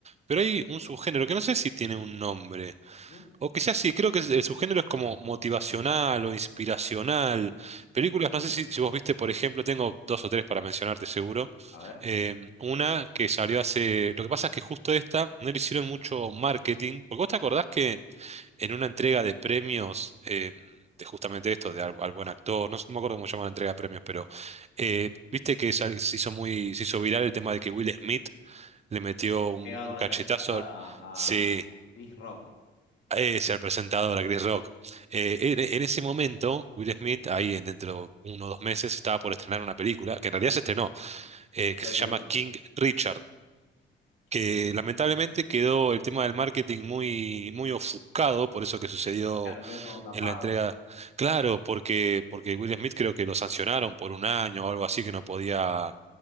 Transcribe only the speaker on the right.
pero hay un subgénero que no sé si tiene un nombre.
O quizás sí, creo que el subgénero es como motivacional o inspiracional. Películas, no sé si, si vos viste, por ejemplo, tengo dos o tres para mencionarte seguro.
Eh, una que salió hace... Lo que pasa es que justo esta no le hicieron mucho marketing, porque vos te acordás que en una entrega de premios, eh, de justamente esto, de al, al buen actor, no, sé- no me acuerdo cómo se llama la entrega de premios, pero eh, viste que sal- se hizo muy, se hizo viral el tema de que Will Smith le metió
un,
un
cachetazo.
Sí
eh, ser presentador a Chris Rock. Eh, en, en ese momento, Will Smith, ahí en- dentro de uno o dos meses, estaba por estrenar una película, que en realidad se estrenó, eh,
que se
llama King Richard,
que lamentablemente quedó el tema del marketing muy, muy ofuscado por eso que sucedió
en la entrega. Claro, porque, porque Will Smith creo que lo sancionaron por un año o algo así, que no podía,